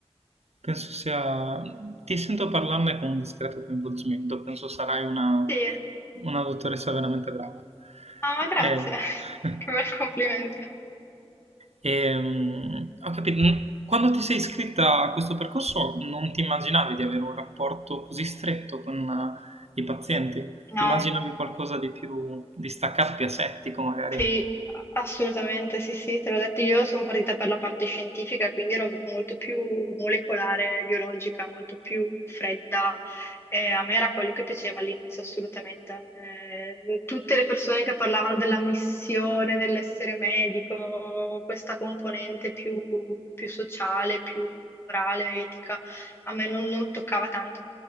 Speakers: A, on the right (about 80°); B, on the left (about 25°).
A: Penso sia... Ti sento parlarne con un discreto coinvolgimento, penso sarai una
B: Sì.
A: Una dottoressa veramente brava.
B: Ah, ma grazie,
A: E,
B: <laughs>
A: <laughs>
B: che bel complimento.
A: ehm, ho capito. Mm, Quando ti sei iscritta a questo percorso non ti immaginavi di avere un rapporto così stretto con eh, i pazienti?
B: No,
A: Ti immaginavi qualcosa di più distaccato, più asettico magari?
B: sì, assolutamente, sì, sì, te l'ho detto, io sono partita per la parte scientifica, quindi ero molto più molecolare, biologica, molto più fredda. Eh, a me era quello che piaceva all'inizio, assolutamente. Eh, tutte le persone che parlavano della missione, dell'essere medico, questa componente più, più sociale, più morale, etica, a me non non toccava tanto.